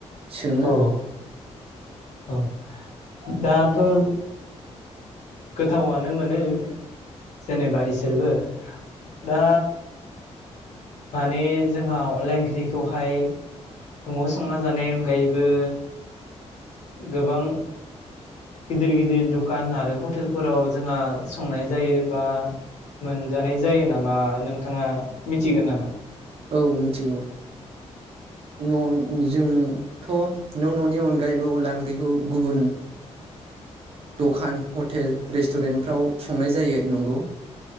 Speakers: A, on the right (about 55°); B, on the left (about 85°).
A: सोङो।
B: औ औ दाथ' ओ गोथावआनो मोनो जेनेबा इसोरबो दा माने जोंहा अनला ओंख्रिखौहाय न'आव संना जानायनि अनगायैबो गोबां गिदिर गिदिर दखान आरो हटेलफोराव जोंहा संनाय जायो बा मोनजानाय जायो नामा नोंथाङा मिथिगौ नामा?
A: औ मिथिगौ न' जोंथ' न' न'नि अनगायैबो अनला ओंख्रिखौ गुबुन दखान हटेल रेस्टुरेन्टफ्राव संनाय जायो नंगौ